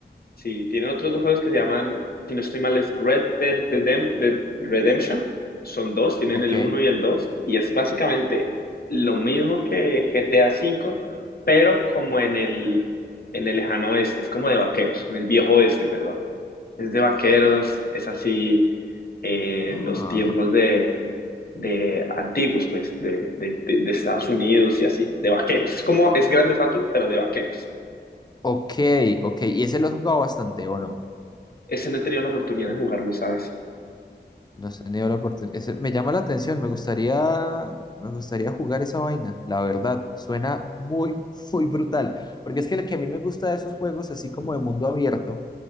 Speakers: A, on the left (about 55°); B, on the left (about 25°).
A: Sí, tienen otros dos juegos que se llaman, si no estoy mal, es Red Dead Redem- Dead Redemption. Son dos, tienen
B: ok.
A: el uno y el 2, y es básicamente lo mismo que GTA V, pero como en el, en el lejano oeste, es como de vaqueros, en el viejo oeste, perdón. Es de vaqueros, es así, eh,
B: Ah.
A: los tiempos de, de antiguos, pues, de, de, de- de Estados Unidos y así, de vaqueros. Es como, es grande Theft Auto, pero de vaqueros.
B: Ok, ok. ¿Y ese lo has jugado bastante o no?
A: Ese no he tenido la oportunidad de jugarlo, ¿sabes?
B: No has tenido la oportunidad. Ese me llama la atención, me gustaría, me gustaría jugar esa vaina, la verdad. Suena muy, <laughs> muy brutal. Porque es que lo que a mí me gusta de esos juegos, así como de mundo abierto,